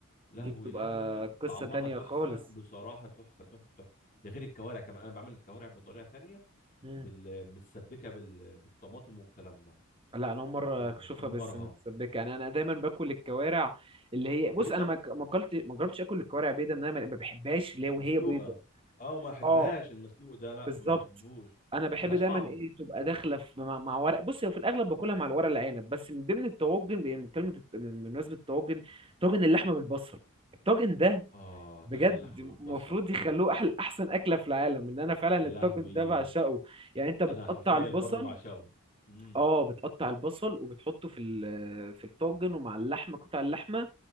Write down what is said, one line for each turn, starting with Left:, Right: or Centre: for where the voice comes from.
Left: لهوي
Right: دي بتبقى
Left: لا لا لا لا
Right: قصة
Left: طعمها
Right: تانية
Left: تحفه
Right: خالص
Left: بصراحه تحفه تحفه تحفه ده غير الكوارع كمان انا بعمل الكوارع بطريقه تانية
Right: مم.
Left: بال... متسبكه بال... بالطماطم والكلام ده
Right: لا انا اول مره
Left: وحمرها
Right: اشوفها بس متسبكه يعني انا دايما باكل الكوارع اللي هي
Left: بيضه
Right: بص انا ما ك- ما اكلت ما جربتش اكل الكوارع بيضه ان انا ما ما بحبهاش اللي هي وهي
Left: مسلوقه
Right: بيضه
Left: اه ما احبهاش
Right: اه
Left: المسلوق ده لا
Right: بالظبط
Left: ما احبوش
Right: انا بحب
Left: ملهاش
Right: دايما
Left: طعم
Right: ايه تبقى داخله في مع, مع ورق بص هو في الاغلب باكلها مع الورق العنب بس من ضمن الطواجن بي- من كلمه الت- من- بمناسبه الطواجن طاجن اللحمه بالبصل الطاجن ده
Left: اه
Right: بجد
Left: طاجن اللحمه
Right: المفروض
Left: بالبصل
Right: يخلوه احلى احسن اكله في العالم ان انا فعلا
Left: يا
Right: الطاجن
Left: لهوي
Right: ده بعشقه يعني انت بتقطع
Left: انا حرفيا
Right: البصل
Left: برضو بعشقه امم
Right: اه بتقطع البصل وبتحطه في ال- في الطاجن ومع اللحمه قطع اللحمه